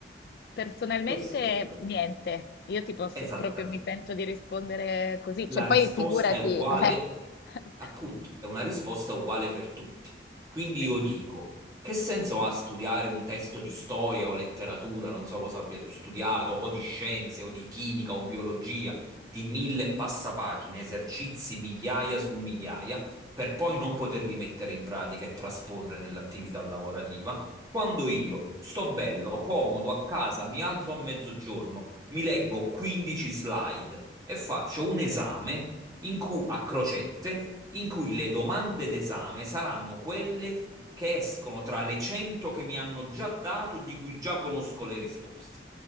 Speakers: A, on the left; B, on the right.
A: Personalmente
B: Questo è il problema.
A: niente, io ti posso
B: Esattamente.
A: proprio mi sento di rispondere così, cioè
B: La risposta
A: poi figurati,
B: è uguale,
A: <laughs> eh.
B: appunto, è una risposta uguale per tutti. Quindi
A: Sì.
B: io dico, che senso ha studiare un testo di storia o letteratura, non so cosa abbia tu studiato, o di scienze, o di chimica, o biologia, di mille e passa pagine, esercizi migliaia su migliaia, per poi non poterli mettere in pratica e trasporre nell'attività lavorativa, quando io sto bello, comodo, a casa, mi alzo a mezzogiorno, mi leggo 15 slide e faccio un esame in cui, a crocette in cui le domande d'esame saranno quelle che escono tra le 100 che mi hanno già dato e di cui già conosco le risposte.